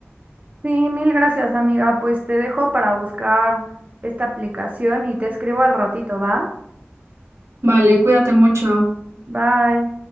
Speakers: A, on the right; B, on the right.
A: Sí, mil gracias, amiga. Pues te dejo para buscar esta aplicación y te escribo al ratito, ¿va?
B: Vale, cuídate mucho.
A: Bye.